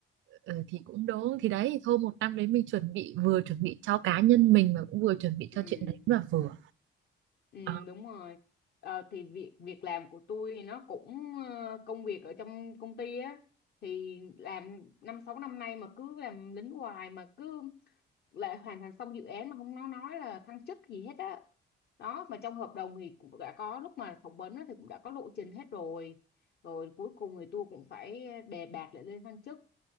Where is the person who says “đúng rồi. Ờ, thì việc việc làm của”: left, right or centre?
Left